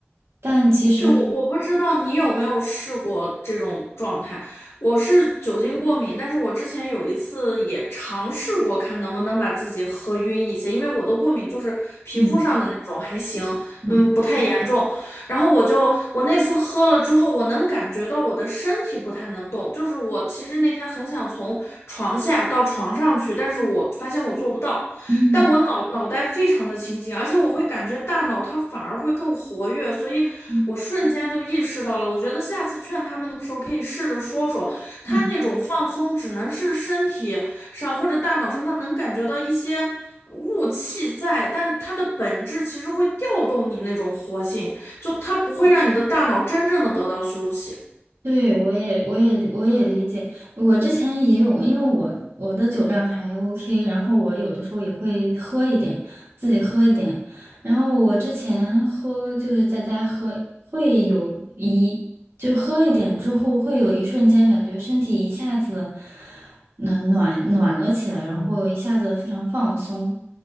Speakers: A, on the right (about 70°); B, on the left (about 70°).
A: 但其实，
B: 就我我不知道你有没有试过这种状态，我是酒精过敏，但是我之前有一次也尝试过，看能不能把自己喝晕一些，因为我的过敏就是皮肤上的那种，
A: 嗯
B: 还行，
A: 嗯
B: 嗯，不太严重。然后我就我那次喝了之后，我能感觉到我的身体不太能动，就是我其实那天很想从床下到床上去，但是我发现我做不到。
A: 嗯
B: 但我脑脑袋非常的清醒，而且我会感觉大脑它反而会更活跃，所以我瞬间就意识到了。
A: 嗯
B: 我觉得下次劝他们的时候，可以试着说说，
A: 嗯，
B: 他那种放松只能是身体上或者大脑上，他能感觉到一些雾气在，但它的本质其实会调动你那种活性，就它不会让你的大脑真正的得到休息。
A: 对，我也，我也，我也理解。我之前也有过，因为我我的酒量还 OK，然后我有的时候也会喝一点，自己喝一点。然后我之前喝就是在家喝，会有一就喝一点之后，会有一瞬间感觉身体一下子，嗯、暖暖了起来，然嗯后一下子非常放松。